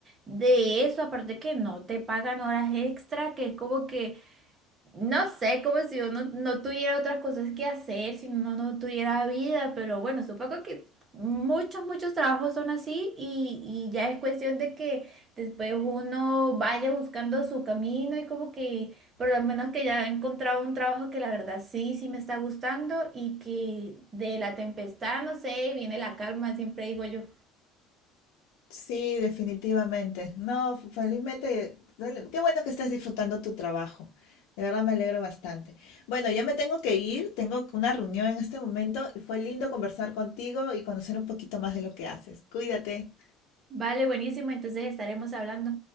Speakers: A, on the right; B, on the left.
A: De eso, aparte que no te pagan horas extra, que es como que, no sé, como si uno no tuviera otras cosas que hacer, si uno no tuviera vida, pero bueno, supongo que muchos, muchos trabajos son así y, y ya es cuestión de que después uno vaya buscando su camino y como que por lo menos que ya he encontrado un trabajo que la verdad sí, sí me está gustando y que de la tempestad, no sé, viene la calma, siempre digo yo.
B: Sí, definitivamente. No, f- felizmente, dale- qué bueno que estés disfrutando tu trabajo. De verdad me alegro bastante. Bueno, yo me tengo que ir, tengo una reunión en este momento y fue lindo conversar contigo y conocer un poquito más de lo que haces. Cuídate.
A: Vale, buenísimo, entonces estaremos hablando.